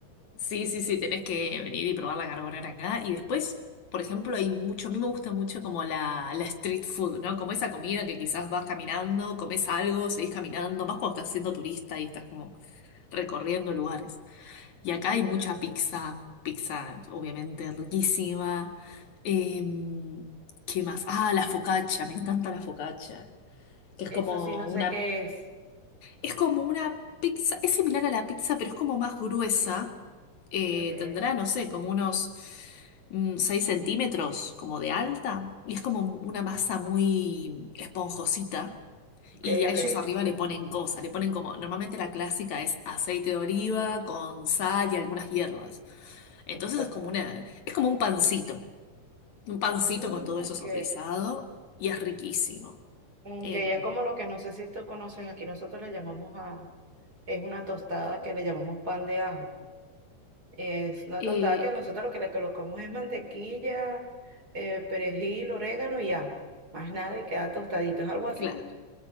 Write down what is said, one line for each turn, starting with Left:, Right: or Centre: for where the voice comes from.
Left: Sí, sí, sí, tenés que venir y probar la carbonara acá. Y después, por ejemplo, hay mucho, a mí me gusta mucho como la, la street food, ¿no? Como esa comida que quizás vas caminando, comes algo, seguís caminando, más cuando estás siendo turista y estás como recorriendo lugares. Y acá
Right: Claro.
Left: hay mucha pizza, pizza obviamente riquísima. Em, ¿qué más? Ah, la focaccia, me encanta la focaccia, que es
Right: Eso
Left: como
Right: sí, no sé
Left: una
Right: qué es.
Left: es como una pizza, es similar a la pizza, pero es como más gruesa. Eh,
Right: Ok,
Left: tendrá, no sé, como unos mm, 6 centímetros, como de alta. Y es como una masa muy esponjosita.
Right: ok,
Left: Y a
Right: ok,
Left: ellos arriba le ponen cosas, le ponen como, normalmente la clásica es aceite de oliva con sal y algunas hierbas. Entonces
Right: exacto.
Left: es como una, es como un pancito, un pancito
Right: Mm,
Left: con todo eso
Right: Ok,
Left: saborizado y es riquísimo.
Right: ok,
Left: Em,
Right: es como lo que no sé si tú conoces, aquí nosotros le llamamos a, es una tostada que le llamamos pan de ajo. Es una
Left: eh,
Right: tostada que nosotros lo que le colocamos es mantequilla, eh, perejil, orégano y ajo. Más nada y queda tostadito. ¿Es algo así?
Left: claro,